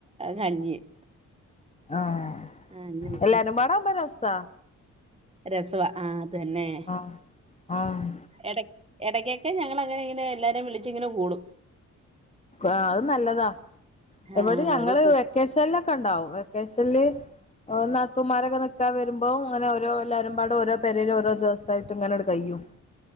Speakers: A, on the right; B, on the left.
A: കഞ്ഞിയും
B: ആഹ്
A: ആ, അങ്ങനെ
B: എല്ലാരുമ്പാടാവുമ്പൊ രെസാ
A: രസുവാ ആഹ് അതെന്നെ
B: ആഹ് ആഹ്
A: എട എടയ്ക്കൊക്കെ ഞങ്ങളങ്ങനെ ഇങ്ങനെ എല്ലാരേം വിളിച്ച്ങ്ങനെ കൂടും
B: ആഹ് അത് നല്ലതാ
A: ആ
B: ഇവിടിം ഞങ്ങള്
A: ഒരു കു-
B: വെക്കേഷൻലൊക്കെണ്ടാവും വെക്കേഷൻല് ഓ നാത്തൂമ്മാരൊക്കെ നിക്കാൻ വെരുമ്പോ അങ്ങനെ ഓരോ എല്ലാരുമ്പാടെ ഓരോ പെരേല് ഓരോ ദിവസ്സായിട്ട് ഇങ്ങനങ്ങട്ട് കയ്യും <inaudible>